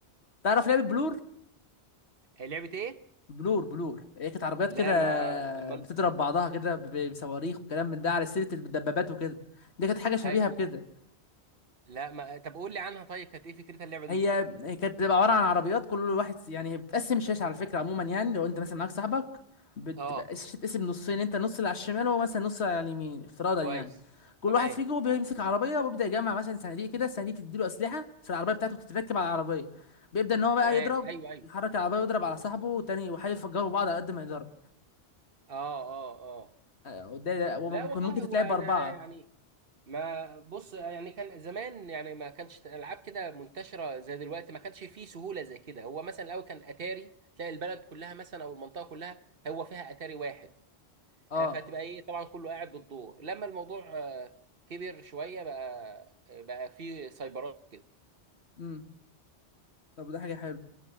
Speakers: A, on the left; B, on the right.
A: تعرف لعبه بلور
B: هي لعبه ايه؟
A: بلور بلور هي كانت عربيات
B: لا
A: كده
B: ما أمال-
A: بتضرب بعضها كده ب- بصواريخ وكلام من ده على سيره الدبابات وكده دي كانت حاجه شبيهه
B: أي-
A: بكده
B: لا ما طب قول لي عنها طيب كانت ايه فكرتها اللعبه دي
A: هي هي كانت بتبقى عباره عن عربيات كل واحد س- يعني هي بتقسم الشاشه على فكره عموما يعني لو انت مثلا معاك صاحبك بتبقى
B: اه
A: الشاشه بتتقسم نصين انت النص اللي على الشمال وهو مثلا النص اللي على اليمين افتراضا
B: كويس
A: يعني كل
B: تمام
A: واحد فيكم بيمسك عربيه وبيبدا يجمع مثلا صناديق كده الصناديق تديله اسلحه في العربيه بتاعته بتتركب على العربيه بيبدا ان هو بقى
B: تمام
A: يضرب
B: ايوه ايوه
A: يحرك العربيه ويضرب على صاحبه والتاني وحي يفجروا بعض على قد ما يقدروا
B: اه اه اه
A: آه، وده ده- وممكن
B: لا والله
A: ممكن تتلعب
B: هو انا
A: باربعه
B: يعني ما بص يعني كان زمان يعني ما كانش العاب كده منتشره زي دلوقتي ما كانش فيه سهوله زي كده هو مثلا الاول كان اتاري تلاقي البلد كلها مثلا او المنطقه كلها هو فيها اتاري واحد
A: اه
B: آه، فتبقى ايه طبعا كله قاعد بالدور لما الموضوع آه، كبر شويه بقى آه، بقى فيه سايبرات كده
A: امم طب ده حاجه حلوه